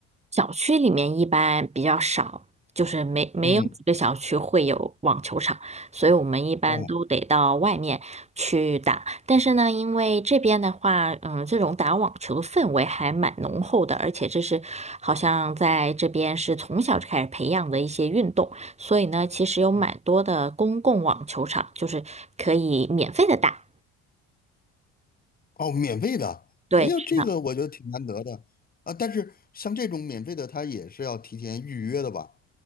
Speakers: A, on the right; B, on the left.
A: 小区里面一般比较少，就是没没有几个小区会有网球场，
B: 嗯，
A: 所以我们一般都得到外面去打。
B: 哦，
A: 但是呢，因为这边的话，嗯，这种打网球的氛围还蛮浓厚的，而且这是好像在这边是从小就开始培养的一些运动，所以呢，其实有蛮多的公共网球场，
B: 嗯
A: 就是可以免费的打。
B: 哦，免费的，
A: 对。
B: 哎呦，
A: 是的。
B: 这个我觉得挺难得的啊。但是像这种免费的，它也是要提前预约的吧？